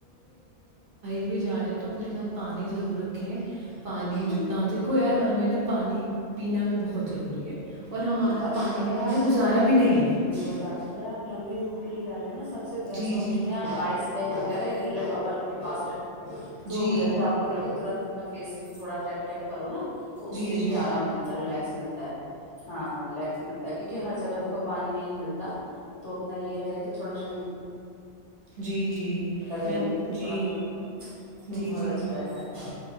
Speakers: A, on the right; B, on the left.
A: ابھی جا رہے ہو تو اپنے ساتھ پانی ضرور رکھیںں پانی
B: ہوں ہوں
A: جتنا ہوتا دیکھو یار ہمیں نا پانی پینا بھی بہت ضروری ہے اور ہمارا
B: اور
A: پانی
B: اگر
A: کے
B: اپ
A: بنا گزارا
B: کوئی
A: بھی نہیں ہے
B: اگر اپ لمبی روٹ کے لیے جا رہے ہو نا اکثر بیسٹ
A: جی
B: اپشن
A: جی
B: ہے اپ ائز بیگ وغیرہ جیلا ٹاول اپنے ہاتھ رکھ کے تو
A: جی
B: جیسے اپ کو لگی اپنا فیس تھوڑا ٹیپ ٹیپ کرو نا تو اس
A: جی
B: سے بھی
A: جی
B: ارام ہوتا ہے ریلیکس ملتا ہے ہاں ریلیکس ملتا ہے کیونکہ ہر جگہ دیکھو پانی نہیں ملتا تو اپنا یہ رہے تو تھوڑا سا
A: جی جی
B: گرمی
A: میں
B: تو تھوڑا
A: جی
B: اپنا تو
A: جی
B: بہت اچھا رہتا ہے